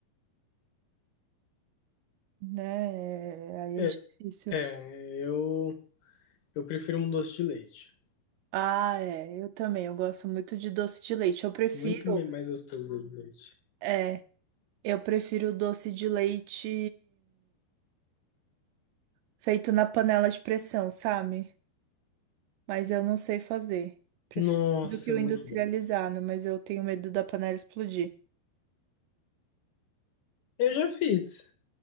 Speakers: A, on the right; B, on the left.
A: né? É, Aí
B: é,
A: é difícil.
B: é, eu, eu prefiro um doce de leite.
A: Ah, é, eu também, eu gosto muito de doce de leite. Eu prefiro,
B: Muito me- mais gostoso doce de leite.
A: é, eu prefiro doce de leite feito na panela de pressão, sabe? Mas eu não sei fazer. Prefiro
B: Nossa,
A: do que o
B: é muito
A: industrializado,
B: bom.
A: mas eu tenho medo da panela explodir.
B: Eu já fiz.